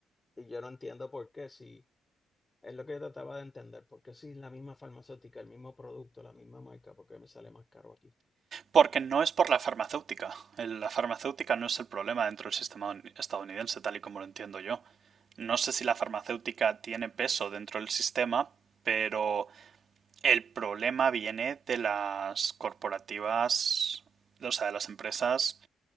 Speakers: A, on the left; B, on the right.
A: Y yo no entiendo por qué, si es lo que yo trataba de entender, por qué si es la misma farmacéutica, el mismo producto, la misma marca, por qué me sale más caro aquí.
B: Porque no es por la farmacéutica. La farmacéutica no es el problema dentro del sistema estadounidense, tal y como lo entiendo yo. No sé si la farmacéutica tiene peso dentro del sistema, pero el problema viene de las corporativas, o sea, de las empresas